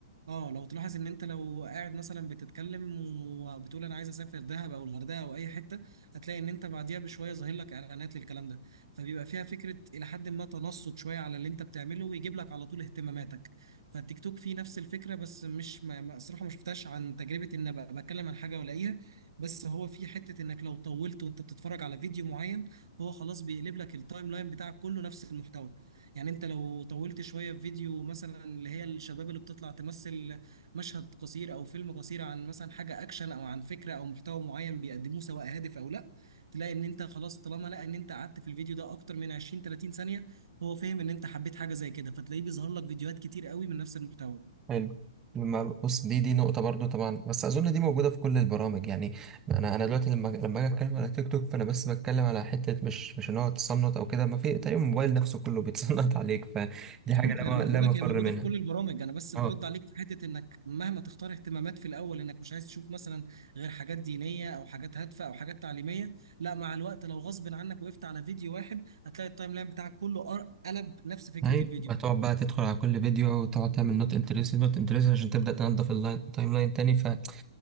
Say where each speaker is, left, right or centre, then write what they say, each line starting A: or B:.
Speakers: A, on the right; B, on the right.
A: اه لو تلاحظ ان انت لو قاعد مثلا بتتكلم وبتقول انا عايز اسافر دهب او الغردقه او اي حته هتلاقي ان انت بعديها بشويه ظاهر لك اعلانات للكلام ده فبيبقى فيها فكره الى حد ما تنصت شويه على اللي انت بتعمله ويجيب لك على طول اهتماماتك فالتيك توك فيه نفس الفكره بس مش ما ما- الصراحه ما شفتهاش عن تجربه ان ابقى بتكلم عن حاجه والاقيها بس هو في حته انك لو طولت وانت بتتفرج على فيديو معين هو خلاص بيقلب لك التايم لاين بتاعك كله نفس المحتوى يعني انت لو طولت شويه في فيديو مثلا اللي هي الشباب اللي بتطلع تمثل مشهد قصير او فيلم قصير عن مثلا حاجه اكشن او عن فكره او محتوى معين بيقدموه سواء هادف او لا تلاقي ان انت خلاص طالما لقى ان انت قعدت في الفيديو ده اكتر من 20 30 ثانيه هو فاهم ان انت حبيت حاجه زي كده فتلاقيه بيظهر لك فيديوهات كتير قوي من نفس المحتوى
B: حلو لما بص دي دي نقطة برضو طبعا بس أظن دي موجودة في كل البرامج يعني أنا أنا دلوقتي لما لما أجي أتكلم على تيك توك فأنا بس بتكلم على حتة مش مش إن هو تصنت أو كده ما في تقريبا الموبايل نفسه كله بيتصنت <laughs> عليك فدي
A: مظبوط
B: حاجة
A: يعني
B: لا
A: ما انا
B: م-
A: بقول
B: لا مفر
A: لك هي موجوده
B: منها
A: في كل البرامج انا بس
B: اه
A: برد عليك في حته انك مهما تختار اهتمامات في الاول انك مش عايز تشوف مثلا غير حاجات دينيه او حاجات هادفه او حاجات تعليميه لا مع الوقت لو غصب عنك وقفت على فيديو واحد هتلاقي التايم لاين بتاعك كله أر- قلب نفس فكره
B: ايوه
A: الفيديو
B: هتقعد بقى تدخل على كل فيديو وتقعد تعمل نوت انترست نوت انترست عشان تبدا تنظف التايم لاين تاني فليه